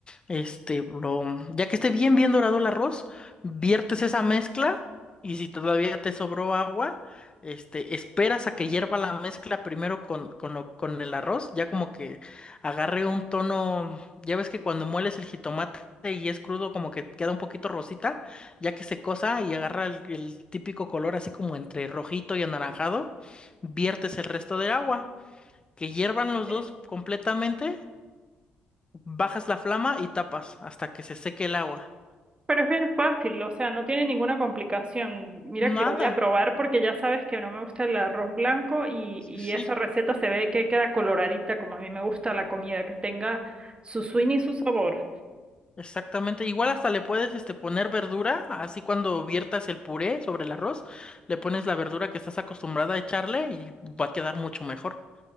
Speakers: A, on the left; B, on the right.
A: Este, lo, ya que esté bien, bien dorado el arroz, viertes esa mezcla y si todavía te sobró agua, este, esperas a que hierva la mezcla primero con, con, lo- con el arroz, ya como que agarre un tono, ya ves que cuando mueles el jitomate, este, y es crudo, como que queda un poquito rosita, ya que se cosa y agarra el, el típico color así como entre rojito y anaranjado, viertes el resto del agua, que hiervan los
B: Eh,
A: dos completamente, bajas la flama y tapas hasta que se seque el agua.
B: Pero es bien fácil, o sea, no tiene ninguna complicación. Mira que
A: Nada,
B: lo voy a probar porque ya sabes que no me gusta el arroz blanco y,
A: sí,
B: y
A: sí,
B: esa receta se ve que queda coloradita como a mí me gusta la comida, que tenga su swing y su sabor.
A: exactamente. Igual hasta le puedes este, poner verdura, así cuando viertas el puré sobre el arroz, le pones la verdura que estás acostumbrada a echarle y va a quedar mucho mejor.